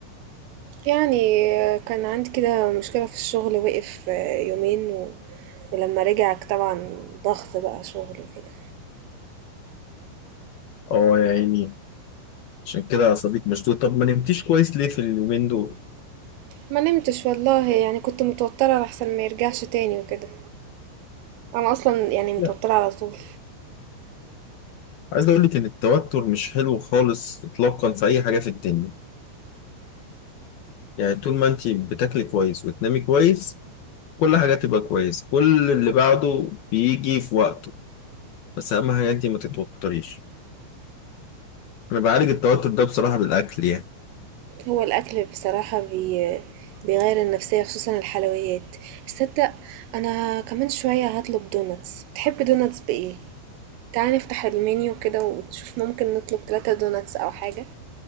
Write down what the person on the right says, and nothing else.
يعني آه، كان عندي كده مشكلة في الشغل وقف آه، يومين و... ولما رجع طبعا ضغط بقى شغل وكده
ما نمتش والله يعني كنت متوترة لحسن ما يرجعش تاني وكده انا اصلا يعني متوترة
على طول
هو الأكل بصراحة بي... بيغير النفسية خصوصا الحلويات تصدق أنا كمان شوية هطلب دوناتس تحب دوناتس بإيه؟ تعالى نفتح المنيو كده ونشوف ممكن نطلب ثلاثة دوناتس أو حاجة